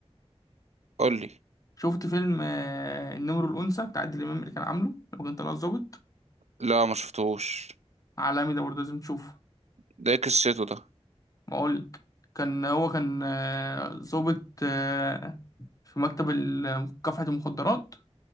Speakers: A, on the right (about 80°); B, on the left (about 30°).
A: قول لي
B: شفت فيلم آه، النمر الأنثى بتاع عادل إمام اللي كان عامله لو كان طلع ظابط
A: لا ما شفتهوش
B: عالمي ده برضه لازم تشوفه
A: ده إيه قصته ده
B: بقولك كان هو كان آه، ظابط آه، في مكتب ال- كافحة المخدرات